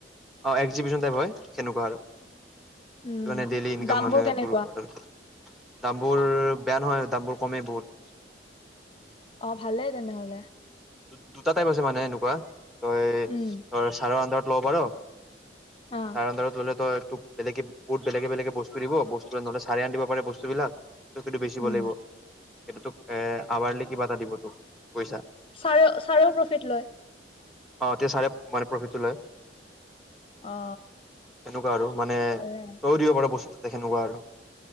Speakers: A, in the centre; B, on the left (about 30°).
A: অ এক্জিবশন টাইপ হয় সেনেকুৱা।
B: উম
A: আৰুে ডেইলি ইনকম
B: দামবোৰ
A: মানে,
B: কেনেকুৱা
A: তোৰ ওপৰত দামবোৰ বেয়া নহয়। দামবোৰ কমেই বহুত।
B: অ ভালেই তেনেহলে।
A: দু-দুটা টাইপ আছে মানে এনেকুৱা। তই
B: উম
A: চাৰে আন্দাৰত। ল'ব পাৰ।
B: অ
A: চাৰ আন্ধাৰত ললে, তই তোক। বেলেগে বুত বেলেগ বেলেগে বস্তু দিব। বস্তু নহলে, চাৰে আন দিব পাৰে বস্তুবিলাক। ত কিন্তটো বেছিব
B: উম
A: লাগিব। সটো তোক এ আৱাৰলি কিবা এটা দিব তোক পইচা।
B: চাৰে, চাৰেও প্ৰফিট লয়।
A: অ তেয়া চাৰে মানে প্ৰফিটটো লয়।
B: অ
A: সনেকুৱা আৰু মানে
B: ভালে
A: তয় দিব পাৰ বস্তুটো। তেনেকুৱা আৰু।